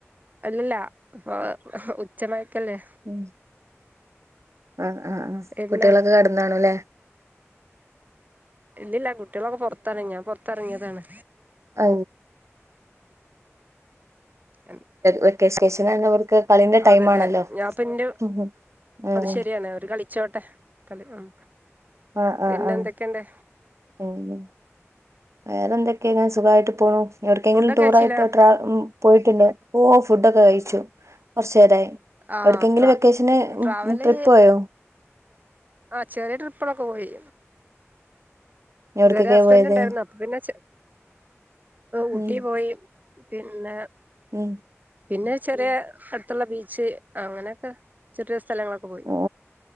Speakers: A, on the right; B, on the right.
A: അല്ലല്ല ഇപ്പ ഉച്ചമായക്കല്ലേ
B: ഉം ആ ആ ആ
A: പിന്നെ
B: കുട്ടികളൊക്കെ കിടന്ന് കാണും അല്ലേ
A: ഇല്ലില്ല കുട്ടികളൊക്കെ പുറത്താണ് ഞാൻ പുറത്തിറങ്ങിയതാണ്
B: അ
A: എ
B: വെക്കേഷനാണ് അവർക്ക് കളീന്റെ
A: അതെതെ
B: ടൈം ആണല്ലോ
A: ഞാൻ പിന്നെ
B: ഉം ആഹ്
A: അത് ശെരിയാണ് ഒരു കളി കളിച്ചോട്ടെ കളി ഉം
B: ആഹ് ആഹ്
A: പിന്നെ
B: ആഹ്
A: എന്തൊക്കെയുണ്ട്
B: അങ്ങനെ വേറെ എന്തൊക്കെയാണ് ങ്ങനെ സുഖായിട്ട് പോകണു എവിർക്കെങ്കിലും
A: ഫുഡൊക്കെ
B: ടൂർ
A: കഴിച്ചില്ലേ
B: ആായിട്ടോ ട്രാവ ഉം പോയിട്ടുണ്ട് ഓ ഫുഡൊക്കെ കഴിച്ചു കുറച്ചു നേരായി
A: ആ
B: എവിടക്കെങ്കിലും
A: ട്രാ
B: വെക്കേഷന്
A: ട്രാവല്
B: ട്രിപ്പ് പോയോ
A: ആ ചെറിയ ട്രിപ്പിളൊക്കെ പോയി
B: എവിടക്കൊക്കെയാ
A: ഇതുവരെ ഹസ്ബൻഡ്
B: പോയത്
A: ഉണ്ടായിരുന്നു പിന്നെ ഊട്ടി
B: ഉം
A: പോയി പിന്നെ
B: ഉം
A: പിന്നെ ചെറിയ അടുത്തുള്ള ബീച്ച് അങ്ങനെയൊക്കെ ചെറിയ സ്ഥലങ്ങളൊക്കെ പോയി
B: ഓ